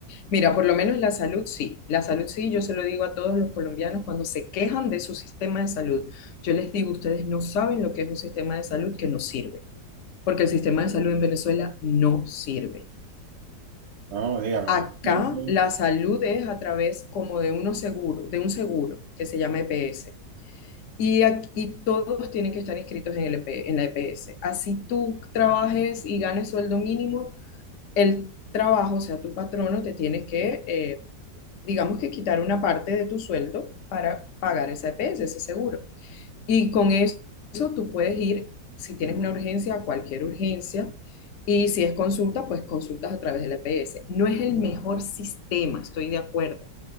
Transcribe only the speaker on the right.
No, dígame.
¿eh?